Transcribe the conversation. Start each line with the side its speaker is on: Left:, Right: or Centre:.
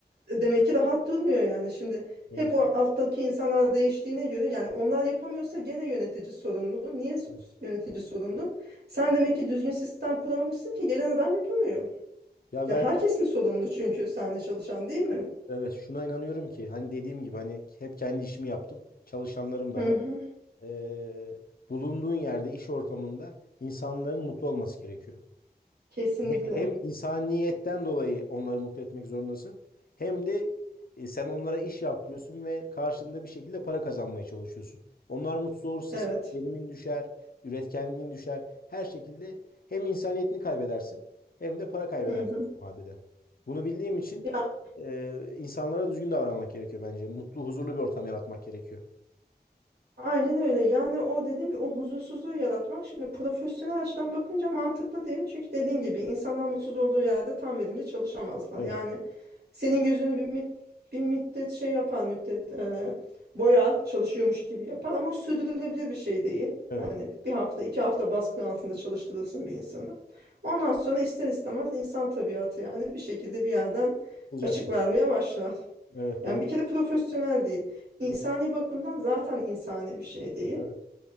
Right: Demek ki rahat durmuyor yani. Şimdi
Left: Evet.
Right: hep o alttaki insanlar değiştiğine göre yani onlar yapamıyorsa gene yönetici sorumlu. Niye s-
Left: Evet.
Right: yönetici sorumlu? Sen demek ki düzgün sistem kuramamışsın ki gelen adam yapamıyor.
Left: Ya
Right: Ya
Left: ben
Right: herkes mi sorumlu çünkü seninle çalışan değil mi?
Left: Evet şuna inanıyorum ki hani dediğim gibi hani hep kendi işimi yaptım. Çalışanlarım da
Right: Hı
Left: var.
Right: hı.
Left: Ee, bulunduğun yerde iş ortamında insanların mutlu olması gerekiyor.
Right: Kesinlikle.
Left: Hem insaniyetten dolayı onları mutlu etmek zorundasın. Hem de e, sen onlara iş yaptırıyorsun ve karşılığında bir şekilde para kazanmaya çalışıyorsun. Onlar mutsuz olursa
Right: Evet.
Left: senin gelimin düşer, üretkenliğin düşer. Her şekilde hem insaniyetini kaybedersin hem de para kaybedersin
Right: Hı hı.
Left: vadede. Bunu bildiğim için
Right: Ya
Left: e, insanlara düzgün davranmak gerekiyor bence. Mutlu, huzurlu bir ortam yaratmak gerekiyor.
Right: Aynen öyle. Yani o dediğim ki o huzursuzluğu yaratmak şimdi profesyonel açıdan bakınca mantıklı değil. Çünkü dediğin gibi insanlar mutsuz olduğu yerde tam verimli çalışamazlar.
Left: Evet,
Right: Yani senin gözünü bir, müd- bir müddet şey yapar, müddet e, boyar, çalışıyormuş gibi yapar ama o sürdürülebilir bir şey değil.
Left: evet.
Right: Hani bir hafta, iki hafta baskı altında çalıştırırsın bir insanı. Ondan sonra ister istemez insan tabiatı yani bir şekilde bir yerden
Left: Olacak.
Right: açık vermeye başlar.
Left: Evet,
Right: Yani
Left: doğru.
Right: bir kere profesyonel değil. İnsani
Left: Yok,
Right: bakımdan zaten insani bir şey değil.
Left: evet.